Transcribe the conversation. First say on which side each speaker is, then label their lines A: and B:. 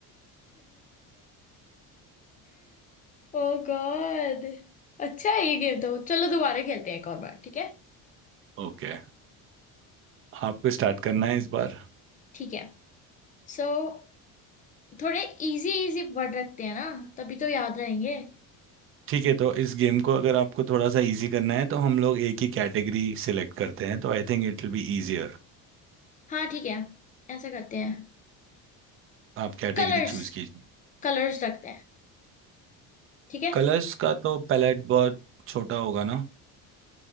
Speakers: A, on the left (about 20°); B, on the right (about 35°).
A: Oh God <laughs> अच्छा है ये गेम तो चलो दोबारा खेलते हैं एक और बार ठीक है
B: Okay <laughs> आपको स्टार्ट करना है इस बार
A: ठीक है सो so, थोड़े इजी इजी वर्ड रखते हैं ना तभी तो याद रहेंगे
B: ठीक है तो इस गेम को अगर आपको थोड़ा सा इजी करना है तो हम लोग एक ही कैटेगरी सिलेक्ट करते हैं तो I think it will be easier
A: हाँ ठीक है ऐसा करते हैं
B: आप कैटेगरी
A: कलर्स
B: चूज कीजिए
A: कलर्स रखते हैं ठीक है
B: कलर्स का तो पैलेट बहुत छोटा होगा ना